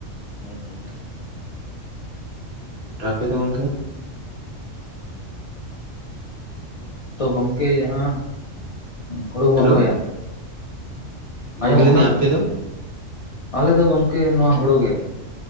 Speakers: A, on the left (about 55°); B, on the right (about 55°).
A: ᱦᱚᱸ ᱜᱚᱝᱠᱮ᱾
B: ᱟᱯᱮ ᱫᱚ ᱜᱚᱝᱠᱮ?
A: ᱛᱚ ᱜᱚᱝᱠᱮ, ᱡᱟᱦᱟᱸ ᱦᱩᱲᱩ ᱵᱚᱱ
B: ᱦᱮᱞᱳ
A: ᱨᱚᱦᱚᱭᱟ ᱟᱸᱡᱚᱢᱚᱜ
B: ᱜᱚᱝᱠᱮ ᱞᱟᱹᱭ
A: ᱠᱟᱱᱟ
B: ᱫᱤᱧ ᱟᱯᱮ ᱫᱚ?
A: ᱟᱞᱮ ᱫᱚ ᱜᱚᱝᱠᱮ ᱱᱚᱣᱟ ᱦᱳᱲᱳ ᱜᱮ᱾